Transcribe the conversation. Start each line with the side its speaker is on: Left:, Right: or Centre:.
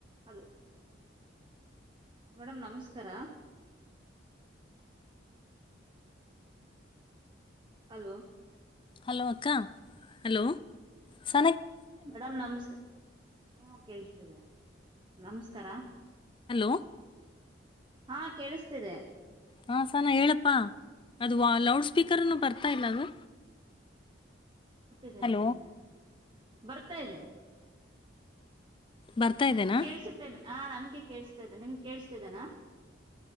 Right: ಹಲೋ ಮೇಡಂ ನಮಸ್ಕಾರ. ಹಲೋ
Left: ಹಲೋ ಅಕ್ಕಾ ಹಲೋ ಸ.
Right: ಮೇಡಮ್ ನಮಸ್ಕಾರ ಹು ಕೇಳ್ಸ್ತಿದೆ ನಮಸ್ಕಾರ
Left: ಹಲೋ
Right: ಹಾ ಕೇಳಿಸ್ತಿದೆ
Left: ಹಾ ಸನಾ ಹೇಳಪ್ಪಾ ಅದು ಲೌಡ್ ಸ್ಪೀಕರ್ನು ಬರ್ತಾ ಇಲ್ಲ ಅದು
Right: ಬರ್ತಿದೆ
Left: ಹಲೋ
Right: ಬರ್ತಿದೆ ಬರ್ತಾ ಇದೆ
Left: ಬರ್ತಾ ಇದೆನಾ
Right: ಕೇಳಳ್ಸುತ್ತೇನೆ ಆ ನನ್ಗೆ. ಕೇಸ್ತಾ ಇದ್ದನೆ ನಿಮ ಕೇಳಿಸ್ತಿದೆನಾ